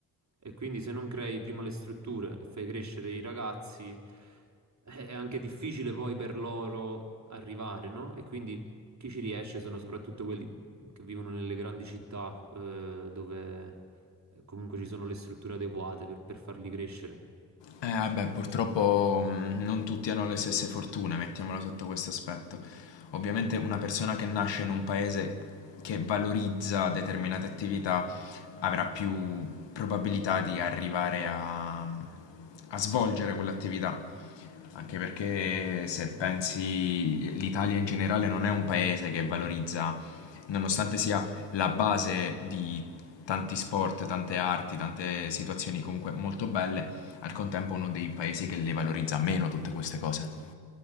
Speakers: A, on the right; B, on the left.
A: E quindi se non crei prima le strutture e fai crescere i ragazzi eh, è anche difficile poi per loro arrivare, no? E quindi chi ci riesce sono soprattutto quelli che vivono nelle grandi città, eh, dove comunque ci sono le strutture adeguate per, per farli crescere.
B: Eh, vabbè, purtroppo mh, non tutti hanno le stesse fortune, mettiamola sotto questo aspetto. Ovviamente una persona che nasce in un paese che valorizza determinate attività avrà più probabilità di arrivare a, a svolgere quell'attività. Anche perché se pensi l'Italia in generale non è un paese che valorizza, nonostante sia la base di tanti sport, tante arti, tante situazioni comunque molto belle, al contempo uno dei paesi che le valorizza meno tutte queste cose.